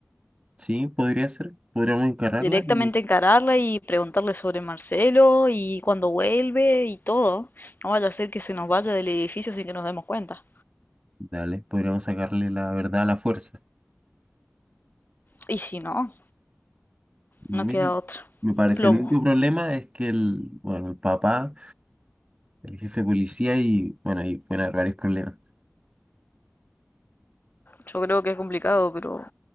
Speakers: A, on the right; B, on the left.
A: sí, podría ser. Podríamos encararla
B: directamente
A: y
B: encararla y preguntarle sobre Marcelo y cuando vuelve y todo. No vaya a ser que se nos vaya del edificio sin que nos demos cuenta.
A: dale, podríamos sacarle la verdad a la fuerza.
B: Y si no,
A: Mira,
B: no queda otra.
A: me parece
B: Plomo.
A: el único problema es que el, bueno, el papá, el jefe de policía y, bueno, ahí pueden haber varios problemas.
B: Yo creo que es complicado, pero